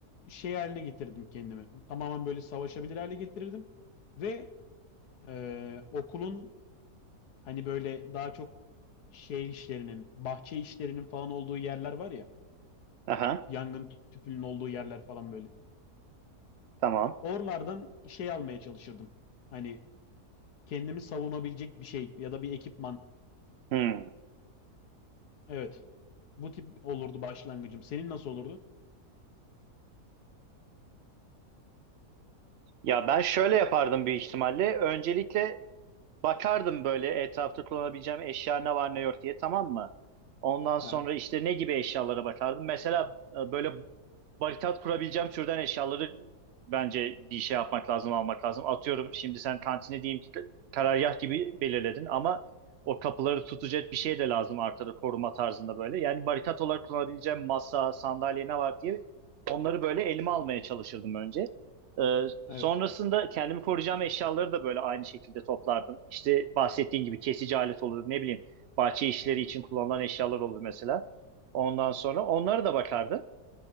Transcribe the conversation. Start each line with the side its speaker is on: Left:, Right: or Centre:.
Left: şey haline getirdim kendimi. Tamamen böyle savaşabilir hale getirirdim. Ve e, okulun hani böyle daha çok şey işlerinin, bahçe işlerinin falan olduğu yerler var ya.
Right: Aha.
Left: Yangın tüpünün olduğu yerler falan böyle.
Right: Tamam.
Left: Oralardan şey almaya çalışırdım. Hani kendimi savunabilecek bir şey ya da bir ekipman.
Right: Hmm.
Left: Evet. Bu tip olurdu başlangıcım. Senin nasıl olurdu?
Right: Ya ben şöyle yapardım büyük ihtimalle. Öncelikle Bakardım böyle etrafta kullanabileceğim eşya ne var ne yok diye tamam mı? Ondan sonra
Left: Ha,
Right: işte ne gibi eşyalara bakardım. Mesela e, böyle barikat kurabileceğim türden eşyaları bence bir şey yapmak lazım, almak lazım. Atıyorum şimdi sen kantini diyeyim ki karargah gibi belirledin ama o kapıları tutacak bir şey de lazım arkada koruma tarzında böyle. Yani barikat olarak kullanabileceğim masa, sandalye ne var diye onları böyle elime almaya çalışırdım önce. Ee, sonrasında
Left: evet.
Right: kendimi koruyacağım eşyaları da böyle aynı şekilde toplardım. İşte bahsettiğin gibi kesici alet olur, ne bileyim bahçe işleri için kullanılan eşyalar olur mesela. Ondan sonra onlara da bakardım.